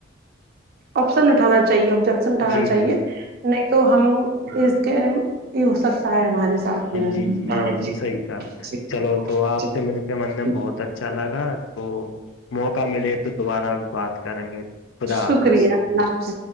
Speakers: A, on the right; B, on the left.
A: آپشنٹانا چاہے آبجیکٹ سٹانا
B: جی
A: چاہیے
B: جی
A: نہیں تو ہم اس یہ ہو سکتا ہے ہمارے سے ہاں
B: جی
A: جی
B: صحیح کہا
A: جیحی
B: چلو تو آپ سے
A: ہے
B: مل کے من نے بہت اچھا لگا تو موقع ملے تو دوبارہ بات کریں گے تو خدا حافظ
A: شکریہ اللہ ج